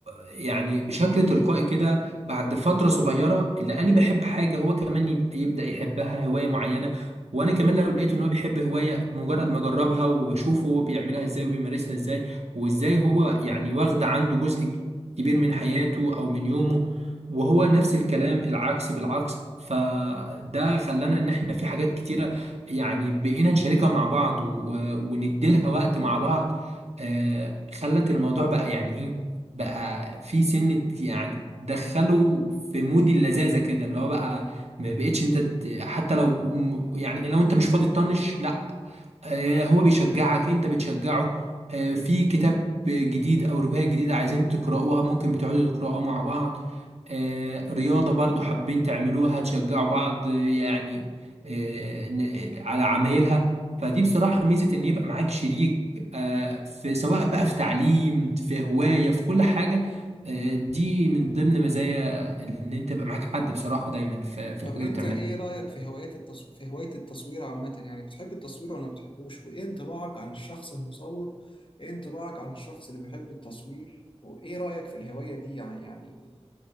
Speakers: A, on the right; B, on the left.
A: يعني بشكل تلقائي كده بعد فترة صغيرة اللي انا بحب حاجة هو كمان يب- يبدأ يحبها هواية معينة وانا كمان لو لقيت ان هو بيحب هواية بمجرد ما اجربها وبشوفه هو بيعملها ازاي وبيمارسها ازاي وازاي هو يعني واخدة عنده جزء كبير من حياته او من يومه وهو نفس الكلام العكس بالعكس فده خلانا ان احنا في حاجات كتيرة يعني بقينا نشاركها مع بعض و- ونديلها وقت مع بعض آه، خلت الموضوع بقى يعني ايه بقى في سنة يعني دخله في مود اللذاذة كده اللي هو بقى ما بقتش انت ت- حتى لو م- يعني لو انت مش فاضي تطنش لا آه، هو بيشجعك انت بتشجعه آه، في كتاب جديد او رواية جديدة عايزين تقرأوها ممكن بتقعدوا تقرأوها مع بعض آه، رياضة برضو حابين تعملوها تشجعوا بعض آه، يعني آه، ن- على عمايلها فدي بصراحة ميزة ان يبقى معاك شريك آه، في سواء بقى في تعليم في هواية في كل حاجة آه، دي من ضمن مزايا ان انت يبقى معاك حد بصراحة دايما في في
B: طب
A: الحاجة
B: انت
A: اللي بتعملها
B: ايه رأيك في هوايات التصوير في هواية التصوير عامة يعني بتحب التصوير ولا ما بتحبوش وايه انطباعك عن الشخص المصور ايه انطباعك عن الشخص اللي بيحب التصوير وايه رأيك في الهواية دي يعني يعني